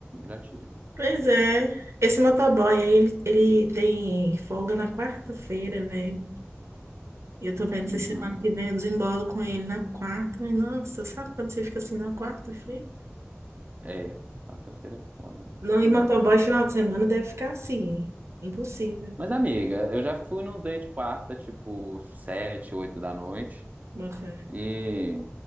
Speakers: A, on the right (about 35°); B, on the right (about 75°).
A: Já tive.
B: Pois é. Esse motoboy aí, ele, ele tem folga na quarta-feira, velho. E eu tô vendo
A: Uhum.
B: se semana que vem eu desembolo com ele na quarta. Mas, nossa, sabe quando você fica assim na quarta-feira?
A: É, quarta-feira é foda. né?
B: Não, e
A: Hum.
B: motoboy final de semana deve ficar assim. Impossível.
A: Mas, amiga, eu já fui nos date quarta, tipo, sete, oito da noite.
B: Boa fé.
A: E,